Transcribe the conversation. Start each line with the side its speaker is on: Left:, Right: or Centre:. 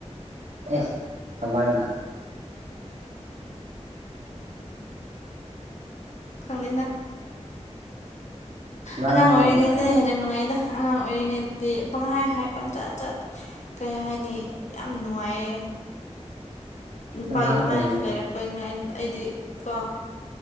Right: ꯑꯦꯁ ꯀꯃꯥꯏꯅ
Left: ꯈꯪꯅꯅ
Right: ꯅꯪꯅꯤꯅꯦ
Left: ꯑꯉꯥꯡ ꯑꯣꯏꯔꯤꯉꯩꯗ
Right: ꯅꯨꯡꯉꯥꯏꯔꯤꯗꯣ
Left: ꯍꯦꯟꯅ ꯅꯨꯡꯉꯥꯏꯗ ꯑꯉꯥꯡ ꯑꯣꯏꯔꯤꯉꯩꯗꯤ ꯄꯪꯍꯥꯏ ꯍꯥꯏ ꯄꯪꯆꯠ ꯆꯠ ꯀꯩ ꯍꯥꯏꯅꯤ ꯌꯥꯝ ꯅꯨꯡꯉꯥꯏꯌꯦ ꯅꯨꯄꯥꯒꯤ
Right: ꯑꯉꯥꯡ
Left: ꯑꯗꯨꯃꯥꯏꯅꯁꯨ
Right: ꯑꯣꯏꯔꯤꯉꯩ
Left: ꯂꯩꯔꯛꯄꯩꯅ ꯑꯩꯗꯤ ꯀꯣ